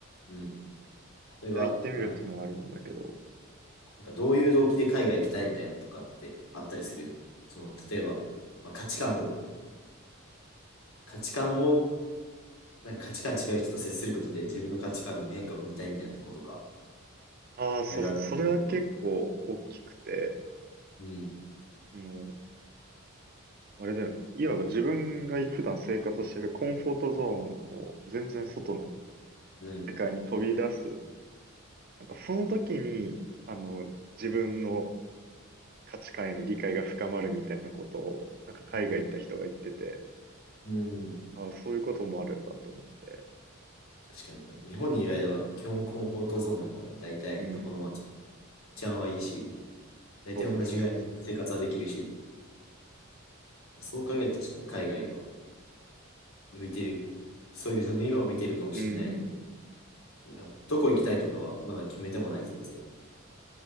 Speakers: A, on the left (about 85°); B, on the right (about 45°).
A: うん。それは、
B: 一旦行ってみるっていうのはありなんだけど。
A: あなんかどういう動機で海外行きたいみたいなのとかってあったりする。その、例えば、まあ、価値観を、価値観を、なんか価値観違う人と接することで自分の価値観にも変化を見たいみたいなとことか、
B: ああ、そうそう、
A: いろいろあるんだけど
B: それは結構大きくて、
A: うん。
B: あの、あれだよね。いわば自分が普段生活してるコンフォートゾーンの全然外の
A: うん。
B: 世界に飛び出す。なんかその時に、あの、自分の価値観への理解が深まるみたいなことを、なんか海外行った人が言ってて、
A: うん。うん
B: あ、そういうこともあるんだと思って。
A: 確かに、でも日本にいる間は基本コンフォートゾーンだからね、大体どこの街、
B: うん。
A: 治安はいいし、大体同じぐらいの生活はできるし、
B: そうそうそうそうそ
A: そう考えると確かに海外は向いてる、そういうその今は向いてるかもしれないね。
B: う。うん。
A: なんかどこ行きたいとかはまだ決めてもない、全然。